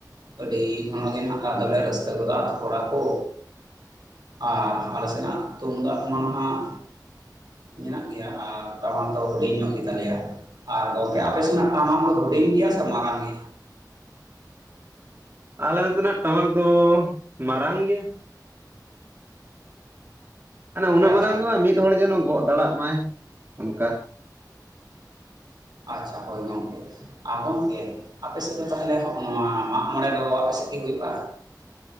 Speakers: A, on the right (about 70°); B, on the right (about 35°).
A: ᱟᱹᱰᱤ <unintelligible> ᱟᱫᱚᱞᱮ ᱨᱟᱹᱥᱠᱟᱹ ᱜᱫᱚᱽ ᱟ ᱟᱛᱳ ᱠᱚᱲᱟ ᱠᱚ᱾ ᱟᱨ ᱟᱞᱮ ᱥᱮᱱᱟᱜ ᱛᱩᱢᱫᱟᱜ ᱚᱱᱟ ᱫᱚ ᱦᱟᱜᱼᱼ ᱢᱮᱱᱟᱜ ᱜᱮᱭᱟ ᱟᱨ ᱛᱟᱞᱟ ᱛᱚ ᱦᱩᱰᱤᱧ ᱧᱚᱜ ᱜᱮᱛᱟᱞᱮᱭᱟ ᱟᱨᱼᱼ ᱟᱯᱮ
B: ᱦᱮᱸ
A: ᱥᱮᱱᱟᱜ ᱴᱟᱢᱟᱠ ᱫᱚ ᱦᱩᱰᱤᱧ ᱜᱮᱭᱟ ᱥᱮ ᱢᱟᱨᱟᱝ ᱜᱮ?
B: ᱟᱞᱮ ᱱᱚᱛᱮᱱᱟᱜ ᱴᱟᱢᱟᱠ ᱫᱚ ᱢᱟᱨᱟᱝ ᱜᱮ ᱩᱱᱟᱹᱜ
A: ᱟᱪᱪᱷᱟ
B: ᱢᱟᱨᱟᱝ ᱫᱚ ᱵᱟᱝ ᱢᱤᱫ ᱦᱚᱲ ᱡᱮᱱᱚ ᱜᱚᱜ ᱫᱟᱲᱟᱜ ᱢᱟᱭ᱾ ᱚᱱᱠᱟ
A: ᱟᱪᱪᱷᱟ ᱦᱳᱭ ᱜᱚᱝᱠᱮᱼᱼ ᱟ ᱜᱚᱝᱠᱮ ᱟᱯᱮ ᱥᱮᱫ ᱫᱚ ᱛᱟᱦᱚᱞᱮ ᱱᱚᱣᱟ ᱢᱟᱜ ᱢᱚᱬᱮ ᱫᱚ ᱟᱯᱮ ᱥᱮᱫ ᱜᱮ ᱦᱩᱭᱩᱜᱼᱟ?